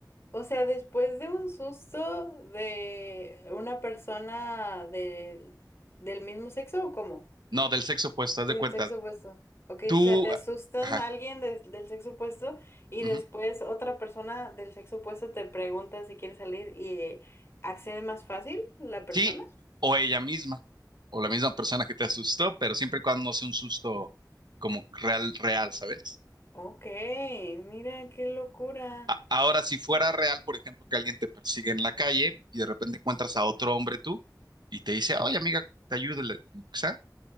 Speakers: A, on the left; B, on the right.
A: O sea, después de un susto de una persona de- del mismo sexo, ¿o cómo?
B: No, del sexo opuesto, haz
A: Del
B: de cuenta.
A: sexo opuesto. Ok,
B: Tú,
A: o sea, te asustan
B: ajá,
A: a alguien des- del sexo opuesto y
B: ujú.
A: después otra persona del sexo opuesto te pregunta si quiere salir y eh, accede más fácil la persona.
B: Sí, o ella misma, o la misma persona que te asustó, pero siempre y cuando no sea un susto como real, real, ¿sabes?
A: Ok, mira qué locura.
B: Ahora, si fuera real, por ejemplo, que alguien te persigue en la calle y de repente encuentras a otro hombre tú y te dice, oye, amiga, te ayudo, y lo que sea,